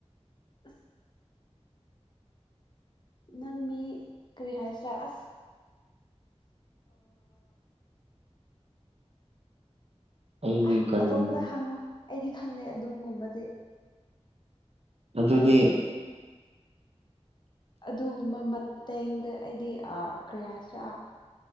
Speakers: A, on the left (about 40°); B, on the right (about 65°).
A: ꯑꯁ ꯅꯪ ꯃꯤ ꯀꯔꯤꯍꯥꯏ ꯁꯔꯥꯁ
B: ꯑꯩꯅꯤ
A: ꯑ
B: ꯀꯔꯤꯅꯣ
A: ꯑꯇꯣꯞꯄꯗ ꯍꯪꯉꯣ ꯑꯩꯗꯤ ꯈꯪꯗꯦ ꯑꯗꯨꯒꯝꯒꯨꯝꯕꯗꯤ
B: ꯑꯗꯨꯗꯤ
A: ꯑꯗꯨꯒꯨꯝꯕ ꯃꯇꯦꯡꯗ ꯑꯩꯗꯤ ꯑ ꯀꯔꯤ ꯍꯥꯏꯁꯤꯔꯥ